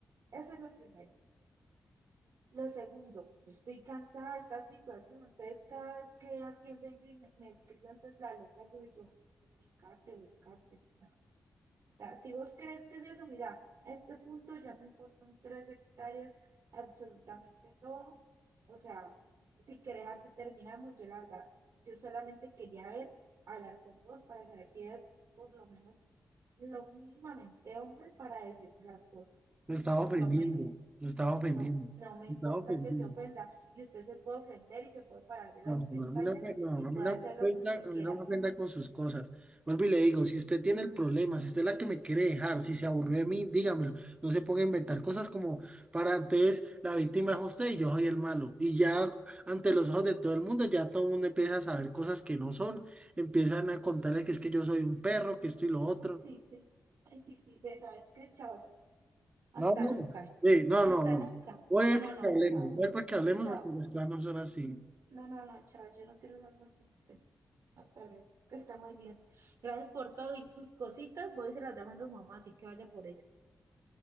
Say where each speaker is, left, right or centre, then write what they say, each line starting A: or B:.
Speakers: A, on the right; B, on the right.
A: Eso es lo primero. Lo segundo, yo estoy cansada de esta situación, entonces cada vez que alguien venga y me, me escriba, entonces la loca soy yo. Ubicate, ubicate. O sea, o sea, si vos crees que es eso, mira, a este punto ya me importan tres hectáreas, absolutamente todo. O sea, si querés aquí terminamos, yo la verdad, yo solamente quería ver, hablar con vos para saber si eras por lo menos lo mínimamente hombre para decirme las cosas,
B: estaba
A: por
B: ofendiendo,
A: lo menos.
B: me estaba ofendiendo,
A: No, no me
B: me
A: importa
B: estaba ofendiendo.
A: que se ofenda y usted se puede ofender y se puede parar de las
B: No, no,
A: pestañas
B: no, a mí no, me- no,
A: y
B: a
A: puede
B: mí no
A: hacer
B: me ofenda,
A: lo que usted
B: a
A: quiera.
B: mí no me ofenda con sus cosas. Vuelvo y le digo, si usted tiene el problema, si usted es la que me quiere dejar, si se aburrió de mí, dígamelo. No se ponga a inventar cosas como para antes la víctima es usted y yo soy el malo. Y ya ante los ojos de todo el mundo, ya todo el mundo empieza a saber cosas que no son. Empiezan a contarle que es que yo soy un perro, que esto y lo otro.
A: Ay, sí, sí. Ay, sí, sí, Fe, ¿sabes qué? Chao, yo. Hasta
B: No, no,
A: nunca.
B: eh, no,
A: Hasta
B: no, no.
A: nunca.
B: Voy
A: No,
B: a ir
A: no,
B: para
A: no,
B: que hablemos,
A: chao.
B: voy a ir para que hablemos
A: Chao.
B: porque las cosas no son así.
A: No, no, no, chao. Yo no quiero hablar más con usted. Hasta luego. Que está muy bien. Gracias por todo y sus cositas. Voy y se las dejo a su mamá, así que vaya por ellas.